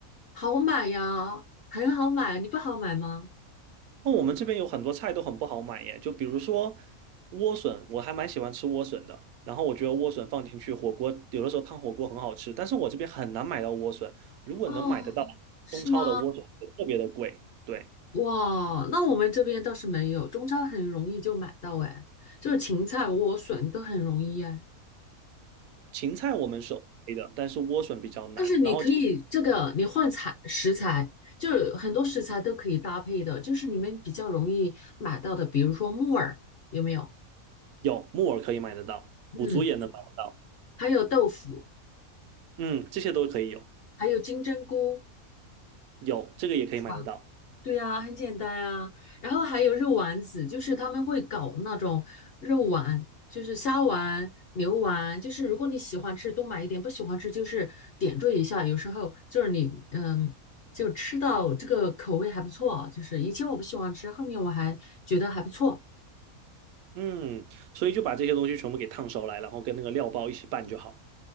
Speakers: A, on the left; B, on the right.
A: 好买呀，很好买，你不好买吗？
B: 那我们这边有很多菜都很不好买耶，就比如说莴笋，我还蛮喜欢吃莴笋的。然后我觉得莴笋放进去火锅，有的时候烫火锅很好吃，但是我这边很难买到莴笋。如果能买得到，
A: 哦，是吗？
B: 中超的莴笋特别的贵。对。
A: 哇，那我们这边倒是没有，中超很容易就买到哎，就是芹菜、莴笋都很容易哎。
B: 芹菜我们是 OK 的，但是莴笋比较难。
A: 但是你可以这个，
B: 然后
A: 你换材食材，就是很多食材都可以搭配的，就是你们比较容易买到的，比如说木耳有没有？
B: 有木耳可以买得到，
A: 嗯，
B: 腐竹也能买得到，
A: 还有豆腐，
B: 嗯，这些都可以有，
A: 还有金针菇，
B: 有这个也可以买得到，
A: 是吧？对呀，很简单啊。然后还有肉丸子，就是他们会搞那种肉丸，就是虾丸、牛丸，就是如果你喜欢吃多买一点，不喜欢吃就是点缀一下。有时候就是你嗯，就吃到这个口味还不错啊，就是以前我不喜欢吃，后面我还觉得还不错。
B: 嗯，所以就把这些东西全部给烫熟来，然后跟那个料包一起拌就好了。